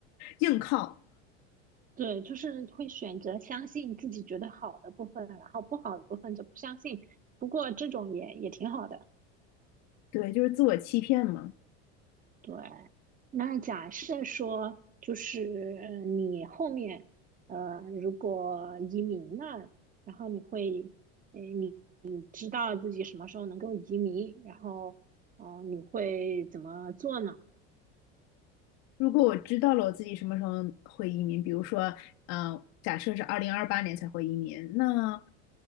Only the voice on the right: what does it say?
对，就是会选择相信自己觉得好的部分，然后不好的部分就不相信。不过这种也也挺好的。
对，那假设说就是呃你后面呃如果移民了，然后你会呃你知道自己什么时候能够移民，然后哦、呃你会怎么做呢？